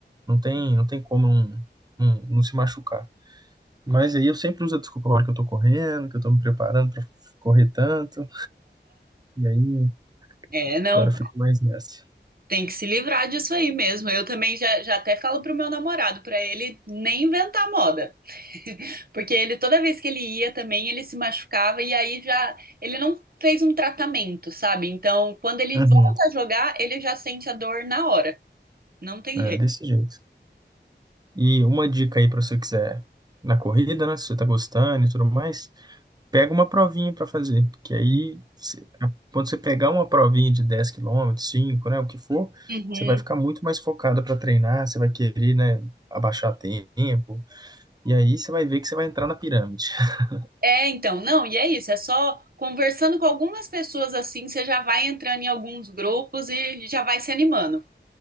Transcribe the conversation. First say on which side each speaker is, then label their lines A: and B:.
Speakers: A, on the right; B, on the right.
A: não tem, não tem como não, não, não se machucar. Mas aí eu sempre uso a desculpa a hora que eu tô correndo, que eu tô me preparando pra correr tanto, e aí
B: é, não,
A: agora eu fico mais nessa.
B: tem que se livrar disso aí mesmo. Eu também já, já até falo pro meu namorado, pra ele nem inventar moda. <laughs> Porque ele, toda vez que ele ia também, ele se machucava e aí já, ele não fez um tratamento, sabe? Então, quando ele
A: Uhum.
B: volta a jogar, ele já sente a dor na hora. Não tem
A: É,
B: jeito.
A: desse jeito. E uma dica aí pra você quiser na corrida, né? Se você tá gostando e tudo mais, Pega uma provinha para fazer, que aí cê- a- quando você pegar uma provinha de 10 quilômetros, 5, né, o que for,
B: Uhum.
A: você vai ficar muito mais focada para treinar, você vai querer, né, abaixar tempo, e aí você vai ver que você vai entrar na pirâmide. <laughs>
B: É, então, não, e é isso, é só conversando com algumas pessoas assim, você já vai entrando em alguns grupos e já vai se animando.